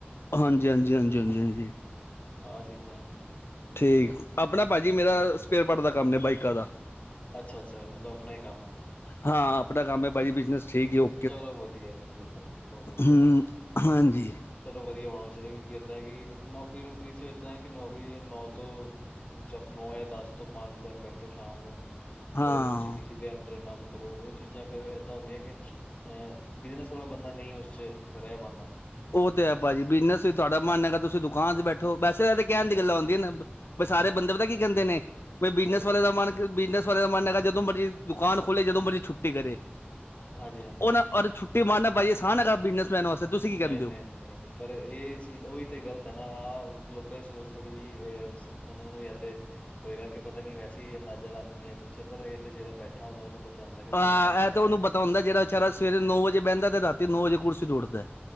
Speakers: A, on the left (about 75°); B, on the left (about 35°).
A: ਹਾਂਜੀ- ਹਾਂਜੀ- ਹਾਂਜੀ -ਹਾਂਜੀ -ਹਾਂਜੀ।
B: ਆਹ ਚੀਜ਼ਾਂ
A: ਠੀਕ ਆਪਣਾ ਭਾਜੀ ਮੇਰਾ ਸਪੇਅਰ ਪਾਰਟ ਦਾ ਕੰਮ ਨੇ ਬਾਈਕਾਂ ਦਾ
B: ਅੱਛਾ -ਅੱਛਾ ਮਤਲਬ ਆਪਣਾ ਹੀ ਕੰਮ ਹੈ ਭਾਜੀ।
A: ਹਾਂ ਆਪਣਾ ਕੰਮ ਹੈ ਭਾਜੀ ਬਿਜ਼ਨਸ ਠੀਕ ਹੀ ਹੈ ਉਹ
B: ਚਲੋ ਵਧੀਆ- ਵਧੀਆ ਭਾਜੀ ਬਹੁਤ ਵਧੀਆ
A: ਹਮ
B: ਗੱਲ ਹੈ।
A: ਹਾਂਜੀ
B: ਚਲੋ ਵਧੀਆ ਹੋਣਾ ਵਿਚ ਕਿਉਂਕਿ ਏਦਾਂ ਹੈ ਕਿ ਨੌਕਰੀ ਨੁਕਰੀ 'ਚ ਏਦਾਂ ਹੈ ਕਿ ਨੌਕਰੀ ਨੌ ਤੋਂ 'ਚ ਨੌ ਜਾਂ ਦਸ ਤੋਂ ਪੰਜ ਤੱਕ ਬੈਠੋ ਸ਼ਾਮ ਨੂੰ
A: ਹਾਂ
B: ਫੇਰ ਉਸ 'ਚ ਕਿਸੇ ਦੇ ਅੰਡਰ ਕੰਮ ਕਰੋ ਉਹ ਚੀਜ਼ਾਂ ਫਿਰ ਏਦਾਂ ਹੁੰਦੀਆਂ ਕਿ ਅਹ ਬਿਜਨਸ ਵਾਲਾ ਬੰਦਾ ਨਹੀਂ ਉਸ 'ਚ ਰਹਿ ਪਾਂਦਾ।
A: ਉਹ ਤੇ ਹੈ ਭਾਜੀ ਬਿਜਨਸ ਵੀ ਤੁਹਾਡਾ ਮਨ ਹੈਗਾ ਤੁਸੀਂ ਦੁਕਾਨ 'ਚ ਬੈਠੋ ਵੈਸੇ ਤਾਂ ਤੇ ਕਹਿਣ ਦੀ ਗੱਲਾਂ ਆਉਂਦੀਆਂ ਨਾ ਬ ਸਾਰੇ ਬੰਦੇ ਪਤਾ ਕੀ ਕਹਿੰਦੇ ਨੇ ਬਿਜ਼ਨਸ
B: ਹਾਂਜੀ
A: ਵਾਲੇ ਦਾ ਮਨ ਕਿ ਬਿਜ਼ਨਸ ਵਾਲਿਆਂ ਮਨ ਹੈਗਾ ਜਦੋਂ ਮਰਜ਼ੀ ਦੁਕ ਖੋ੍ਹੇ ਜਦੋਂ ਮਰਜ਼ੀ ਛੁੱਟੀ ਕਰੇ।
B: ਹਾਂਜੀ ਹਾਂਜੀ ਹਾਂਜੀ
A: ਉਹ ਛੁੱਟੀ ਮਾਰਨਾ ਬ ਆਸਾਨ ਹੇਗਾ ਬਿਜਨਸਮੈਨ ਵਾਸਤੇ ਤੁਸੀਂ
B: ਨਹੀਂ,
A: ਕੀ ਕਹਿੰਦੇ।
B: ਨਹੀਂ -ਨਹੀਂ
A: ਹੋ
B: ਪਰ ਇਹ ਚੀਜ਼ ਉਹੀ ਤੇ ਗ਼ਲਤ ਹੈ ਨਾ ਆਹ ਲੋਕਾਂ ਦੀ ਸੋਚ ਥੋੜੀ ਵੀ ਐਸ ਉਹਨਾਂ ਨੂੰ ਜਾਂ ਤੇ ਹੋਏਗਾ ਕਿ ਪਤਾ ਨੀ ਵੈਸੇ ਤੇ ਅੰਦਾਜ਼ਾ ਲਾਂਣੇ ਆ ਕੁੱਛ ਪਰ ਇਥੇ ਜਿਹੜਾ ਬੈਠਾ ਬੈਠਾ ਹੁੰਦਾ ਉਹਨੂੰ ਪਤਾ ਹੁੰਦਾ ਵੀ
A: ਹਾਂ
B: ਕਿੱਦਾਂ ਕਿਹੜਾ
A: ਇਹ ਤਾਂ ਉਹਨੂੰ
B: ਟਾਈਮ ਕਿੱਦਾਂ
A: ਪਤਾ ਹੁੰਦਾ ਜਿਹੜਾ ਵਿਚਾਰਾ ਸਵੇਰੇ ਨੌ ਵਜੇ ਬਹਿੰਦਾ ਤੇ ਰਾਤੀ ਨੌ ਵਜੇ ਕੁਰਸੀ ਉਠਦਾ